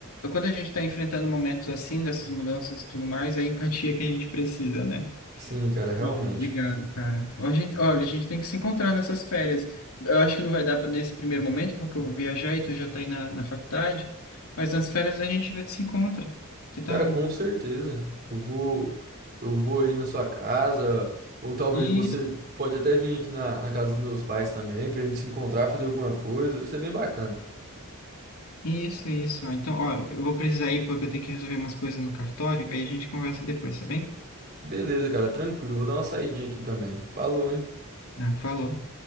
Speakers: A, on the left; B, on the right.
A: Quando a gente está enfrentando momentos assim, dessas mudanças e tudo mais, é a empatia que a gente precisa, né?
B: Sim, cara, realmente.
A: Ó, obrigado, cara. A gente, olha, a gente tem que se encontrar nessas férias. Eu acho que não vai dar pra- nesse primeiro momento, porque eu vou viajar e tu já tá aí na, na faculdade. Mas nas férias a gente vê- se encontra. Que tal?
B: Cara, com certeza. Eu vou, eu vou aí na sua casa, ou talvez
A: Isso,
B: você pode até vir aqui na, na casa dos meus pais também, pra gente se encontrar, fazer alguma coisa. Vai ser bem bacana.
A: isso, isso. Então, ó, eu vou precisar ir porque eu tenho que resolver umas coisas no cartório. Aí a gente conversa depois, tá bem?
B: Beleza, cara, tranquilo. Eu Vou dar uma saidinha aqui também. Falou, hein?
A: Ah, falou.